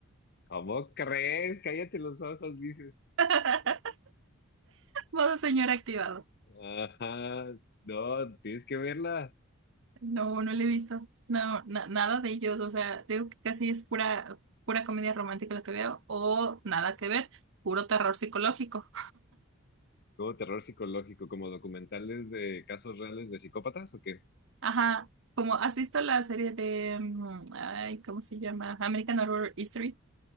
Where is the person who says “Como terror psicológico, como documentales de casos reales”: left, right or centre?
Left